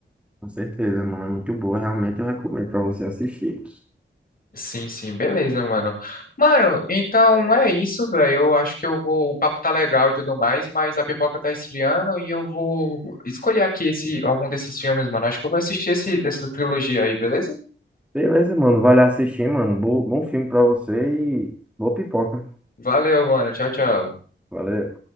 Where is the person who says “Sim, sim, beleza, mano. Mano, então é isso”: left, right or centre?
Left